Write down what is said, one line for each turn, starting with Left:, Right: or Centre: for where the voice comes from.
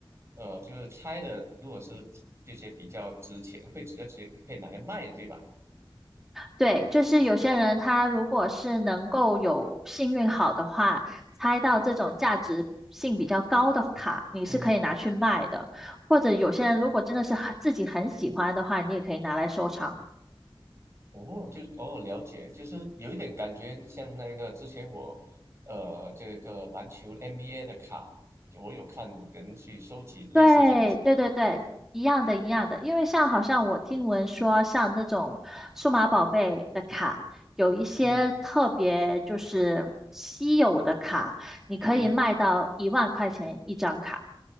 Right: 呃，就是拆的，如果是这些比较值钱，会直接接可以拿来卖，对吧？
Centre: 对，就是有些人他如果是能够有幸运好的话，猜到这种价值性比较高的卡，
Right: <laughs>
Centre: 你是可以拿去卖的。
Right: 嗯哼哼，
Centre: 或者有些人如果真的是很自己很喜欢的话，你也可以拿来收藏。
Right: 哦，就哦，了解，就是有一点感觉像那个之前我，呃，这个篮球 NBA 的卡，就我有看人去收集类似这样子的，
Centre: 对，对对对，一样的，一样的。因为像好像我听闻说，像那种数码宝贝的卡，有一些特别就是稀有的卡，
Right: 嗯哼，
Centre: 你可以卖到一万块钱一张卡。
Right: 嗯哼，